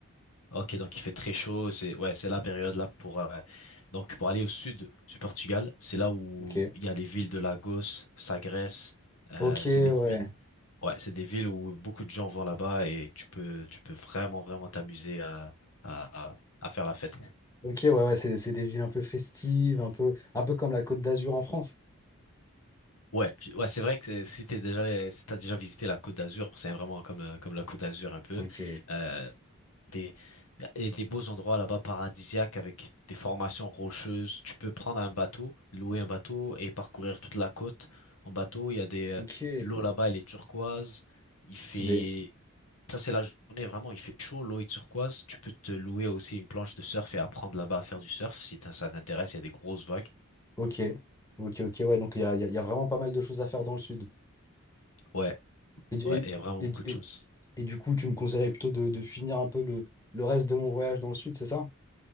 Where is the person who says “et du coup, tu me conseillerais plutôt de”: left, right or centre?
Left